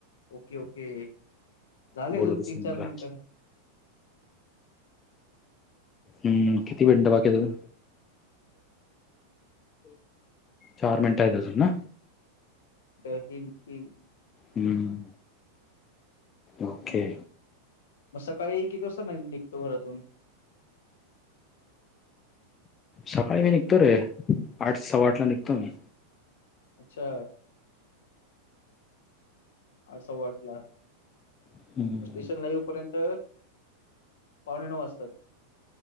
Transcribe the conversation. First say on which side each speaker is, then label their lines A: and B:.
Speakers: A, on the left; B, on the left.
A: ओके ओके झाले
B: बोलत
A: अजून
B: असेल
A: तीन चार
B: मला
A: मिनिटं
B: हम्म किती मिनिटं बाकी आहे आता चार मिनिटं आहेत अजून ना.
A: ब तीनं तीनं
B: हम्म. ओके.
A: हं. मग सकाळीं किती वास्ता निघतो तू बरं.
B: सकाळी मी निघतो रे आठ सव्वा आठला निघतो मी
A: अच्छा आठ सवा आठ ला.
B: हम्म,
A: मग स्टेशनला ईव्ह पर्यन्त पावणे नऊ वाजतात.